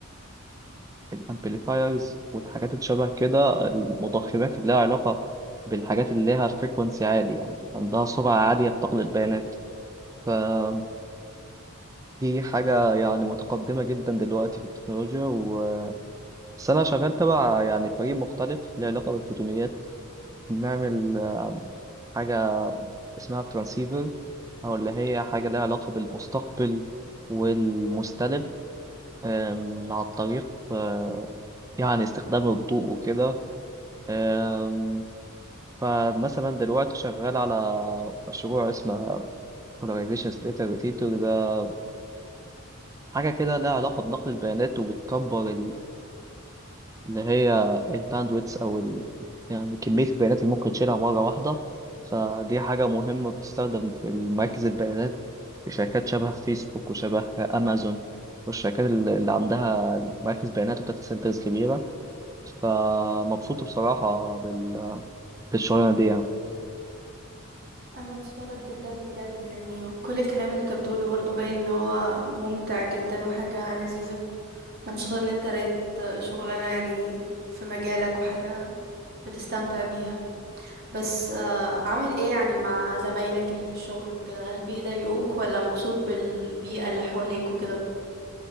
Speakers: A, on the right (about 15°); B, on the right (about 45°).
A: الأمبليفايرز والحاجات اللي شبه كده المضخمات اللي لها علاقة بالحاجات اللي لها فريكونسي عالي يعني عندها سرعة عالية بتقل البيانات فدي حاجة يعني متقدمة جدا دلوقتي في التكنولوجيا و... بس أنا شغال تبع يعني فريق مختلف له علاقة بالفوتونيات بنعمل حاجة اسمها الترانسيفر أو اللي هي حاجة لها علاقة بالمستقبل والمستلب أم، عن طريق أه، يعني استخدام الضوء وكده أم، فمثلا دلوقتي شغال على مشروع اسمه Polarization Split Rotator ده حاجة كده لها علاقة بنقل البيانات وبتكبر ان هي الباندويتس او ال... يعني كميه البيانات اللي ممكن تشيلها مره واحده فدي حاجه مهمه بتستخدم في مراكز البيانات في شركات شبه فيسبوك وشبه امازون والشركات ال- اللي عندها مراكز بيانات وداتا سنترز كبيره فمبسوط بصراحه بال... بالشغلانه دي يعني
B: انا مبسوطة لك جدا بجد يعني كل الكلام اللي انت بتقوله برضو باين ان هو ممتع جدا وحاجة لذيذة مبسوطة ان انت لقيت شغلانة يعني في مجالك وحاجة بتستمتع بيها بس آه، عامل ايه يعني مع زمايلك اللي في الشغل وكده هل بيضايقوك ولا مبسوط بالبيئة اللي حواليك وكده